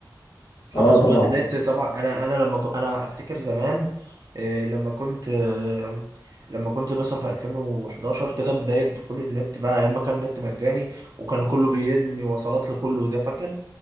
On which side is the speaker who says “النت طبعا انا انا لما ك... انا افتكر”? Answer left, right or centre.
Right